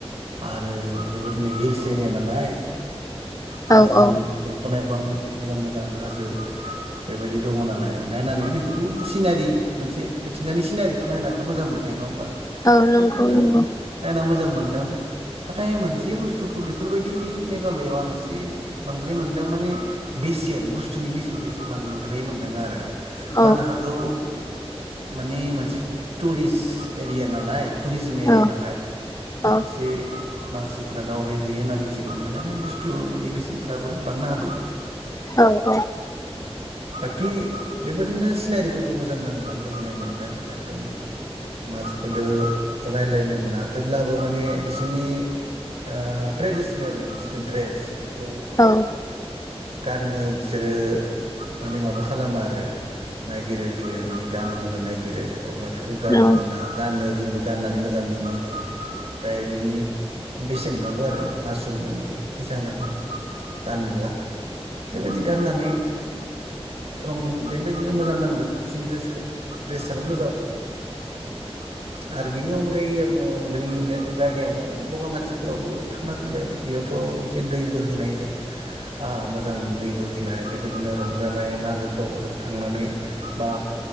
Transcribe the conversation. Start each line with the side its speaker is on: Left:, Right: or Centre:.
Right: आरो बेबायदिनो हिल्स एरिया नालाय हाजोजों
Left: औ औ
Right: दंफां लाइफां मोजां मोजां हाजो बेबायदि दङ नालाय नायनानै बेफोरखौ सिनारि मोनसे मिथिंगानि सिनारि नायनाथ मोजां मोनखायो नङा होनबा।
Left: औ
Right: बेबायदिनो
Left: नंगौ नंगौ
Right: नायना मो मोजां मोनदों नाथाय मोनसे बुस्थुखौ बेफोरबायदि मेघालयआव आं एसे बांद्राय मोनदों माने बेसेन बुस्थुनि बेसेनखौ एसे बां द्राय मोन्दों आरो। जानो
Left: औ
Right: हागौ माने मोनसे टुरिस्ट ए रिया नालाय थुरिजिम एरिया
Left: औ
Right: नालाय
Left: औ
Right: एसे मानसिफ्रा दाव बैहोयो होनना मिथिगौ बेनिखायनो बुस्थुनि बेसेनफोराबो बांनो हा गौ
Left: औ औ
Right: बाकि बेबायदिनो सिनारिफोरखौ मोजां नांदों गोजोननाय मोनदों एकदम मानसिफोरदो रायज्लायनो मोना होमब्लाबो माने बिसोरनि ओ ट्रेडिस नेल जिथु ड्रेस बेखौ
Left: औ औ
Right: गाननो बिसोरो माने माबा खालामो आरो नायगिरो होयो माने गानहोनो नायगिरो। अब्ला बे खौ गान
Left: नंगौ
Right: होना गाननो जोंबो गाननानै मोजां मोनो ओमफ्राय बिनि बेसेन होनांगौ आरो मासुल माने फैसा होनांगौ। गानब्ला बेबायदि गाननानै रं बेबायदिनो मोजां नांदों बिसिनि ड्रेसखौ ड्रेसाबो मोजा <inaudible> आरो बेनि अनगायै आङो जोंनि जायगायावनो बगामाथिफोरावबो थांनाफ फैबाय बेयावथ' मोनसे दै बोहैनाय जे ओ मोजां दै। बोहैनाय बेबायदिनो रंजानाय मागोफ्राव जों थांनानै बा